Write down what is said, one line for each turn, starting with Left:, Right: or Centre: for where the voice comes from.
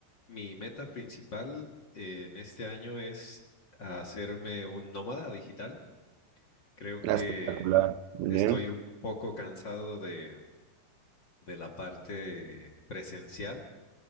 Left: mi meta principal eh, en este año es hacerme un nómada digital. Creo que
Right: Ah, espectacular. ¿no?
Left: estoy un poco cansado de, de la parte presencial